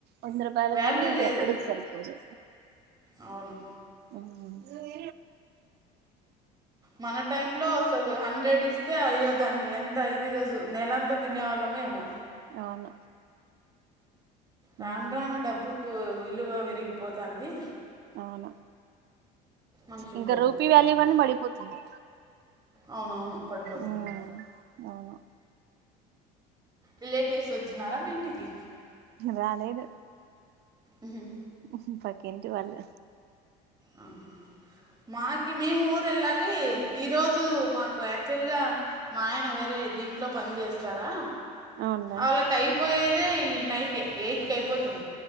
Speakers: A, on the right; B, on the right.
A: వంద రూపాయలు
B: వాల్యూ
A: గానీ
B: లేదు
A: ఎక్కడికి సరిపోదు
B: అవును
A: మ్
B: మన టైమ్ లో అసలు హండ్రెడ్ ఇస్తే అయ్యోదాన్ని ఎంత ఇ దిగా నెలంతా తినే వాళ్ళమేమో
A: అవును
B: రానురాను
A: ఉమ్
B: డబ్బుకు విలువ విరిగిపోతంది
A: అవును
B: మనుషులు
A: ఇంకా
B: తగ్గిపోతాను
A: రూపీ వ్యాలీవన్నీ పడిపోతుంది
B: అవునవును పడిపోతుంది
A: ఉమ్ అవును
B: రిలేటివ్స్ వచ్చినారా మీ ఇంటికి
A: రాలేదు
B: ఉహుం
A: ఉహ్ పక్కింటి వాళ్లు
B: ఆ మాకి మేము ఊర్ వెళ్ళాలి. ఈరోజు మాకు యాక్చువల్గా మా ఆయన వేరే దీంట్లో పని చేస్తారా.
A: అవునులే
B: అలకైపోయే ఇదే నైట్కి యయిట్ కె అయిపోత